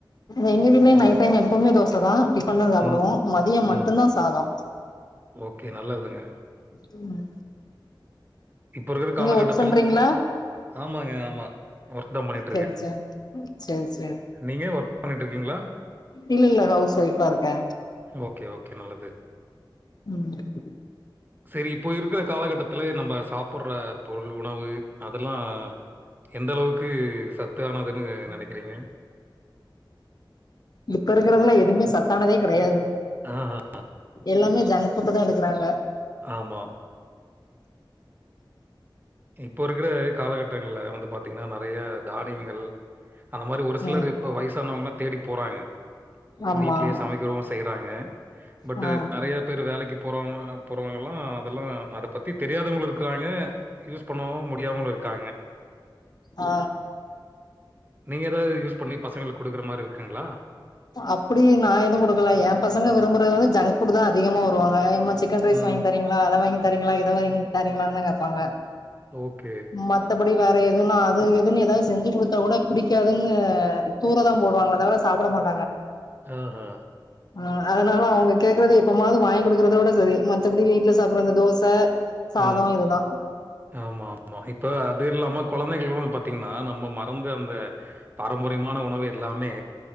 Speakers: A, on the left (about 50°); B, on the right (about 25°).
A: எங்க வீட்லேயு நைட் டைம் எப்பவுமே தோச தா டிபன் தா சாப்புடுவோ
B: ம்,
A: மதியோ மட்டு
B: ம்.
A: தா சாதோ
B: ஓகே நல்லதுங்க
A: ம்
B: இப்ப இருக்குற காலகட்டத்துல
A: ஒர்க் பண்றீங்களா
B: ஆமாங்க ஆமா ஒர்க் தா பண்ணிட்
A: சேரி
B: இர்க்க
A: சேரி சேரி சேரி
B: நீங்க ஒர்க் பண்ணிட் இருக்கீங்ளா
A: இல்ல இல்ல ஹவுஸ் வைஃப் ஆ இருக்க
B: ஓகே ஓகே நல்லது
A: ம்
B: செரி இப்போ இருக்குற காலகட்டத்துல நம்ம சாப் புட்ற பொருள் உணவு அதெல்லா எந்த அளவுக்கு சத்து தனாதுனுகு நினைக்கிறீங்க
A: இப்ப இருக்குறதுல எதுமே சத்தானதே கெடயாது
B: ஆஹ ஆஹ
A: எல்லாமே ஜங்க்ஃபுட் தா எடுக்குறாங்க
B: ஆமா இப்போ இருக்குற காலகட்டங்கல வந்து பாத்தீங்கனா நெறய தானியங்கள் அந்த மாரி ஒரு சிலர்
A: ம்
B: இப்ப வயசானவங்கெலா தேடி போறாங்க
A: ஆமா
B: வீட்லேயே சமைக்கிறவ்ங் செய்றாங்க பட்
A: ஆ
B: நெறைய பேரு வேலைக்கி போறவாங்க போறவங்கெலா அதெல்லா அத பத்தி தெரியாதவங்க இருக்குராங்க யூஸ் பண்ணவு முடியாமளு இருக்காங்க
A: ஆ
B: நீங்க ஏதாவ்து யூஸ் பண்ணி பசங்களுக்கு கொடுக்குற மாரி இருக்குங்லா
A: அப்டி நா எதுவு குடுக்கல எ பசங்க விரும்புறது வந்து ஜங்ஃபுட் தா அதிகமா வருவாங்க ஏமா சிக் சிக்கன் ரைஸ்
B: ம்.
A: வாங்கி தரீங்களா அத வாங்கி தரீங்களா இத வாங்கி தரீங்களானு தா கேப்பாங்க
B: ஓகே.
A: மத்தப்படி வேற எதுன்னா அது எதுன்னு ஏதாவ்து செஞ்சு கொடுத்தா கூட புடிக்காதுன்னு அ தூரதா போடுவாங்களே தவிர சாப்பிட மாட்
B: ஓஹோ
A: ஆ அதனால அவங்க கேக்குறதா எப்பமாவ்து வாங்கி கொடுக்குறதோட செரி மத்தபடி வீட்டுல சாப்பிற அந்த தோச சாதோ
B: ம்
A: இதுதா
B: ஆமா ஆமா இப்ப அது இல்லாம குழந்தைகளுக்கு வது பாத்தீங்கனா நம்ம ம ந்து அந்த பரம்பரியமான உணவு எல்லாமே